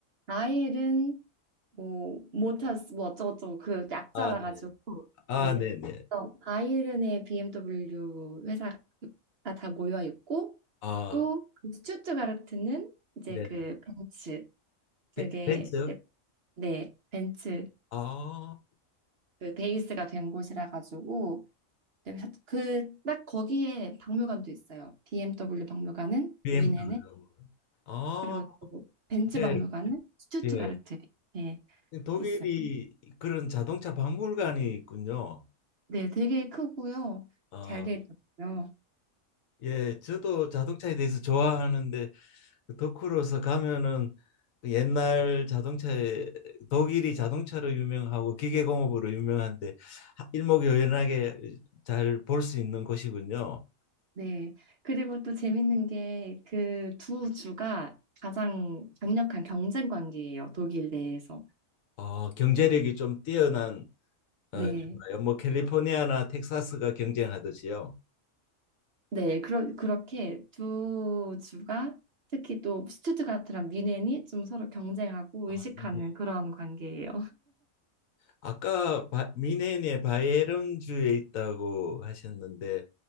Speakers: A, on the right (about 50°); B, on the left (about 80°).
A: 바이에른 뭐 모타스 뭐 어쩌고저쩌고 그 약자라
B: 아, 네.
A: 가지고
B: 아,
A: 네.
B: 네, 네.
A: 그래서 바이에른의 BMW 회사가 다 모여 있고
B: 아,
A: 또 그 스투트가르트는 이제
B: 네.
A: 그 벤츠
B: 벤-
A: 그게
B: 벤츠?
A: 이제 네 벤츠가
B: 아,
A: 그 베이스가 된 곳이라 가지고 그 딱 거기에 박물관도 있어요. BMW 박물관은
B: BMW.
A: 뮌헨에
B: 아,
A: 그리고 또 벤츠
B: 네.
A: 박물관은 스투트가르트에
B: 예.
A: 예,
B: 독일이
A: 있어요.
B: 그런 자동차 박물관이 있군요.
A: 네, 되게 크고요.
B: 어.
A: 잘 돼 있더라고요.
B: 예, 저도 자동차에 대해서 좋아하는데 그 덕후로서 가면은 그 옛날 자동차에 독일이 자동차로 유명하고 기계공업으로 유명한데 하- 일목요연하게 잘 볼 수 있는 곳이군요.
A: 네. 그리고 또 재밌는 게 그 두 주가 가장 강력한 경쟁 관계예요. 독일 내에서.
B: 어, 경제력이 좀 뛰어난 어,
A: 네.
B: 정말요. 뭐 캘리포니아나 텍사스가 경쟁하듯이요.
A: 네, 그러, 그렇게 두 주가 특히 또 스투트가트랑 뮌헨이 좀 서로 경쟁하고
B: 아,
A: 의식하는
B: 네.
A: 그런 관계예요.
B: 아까 바, 미네인의 바이에른주에 있다고 하셨는데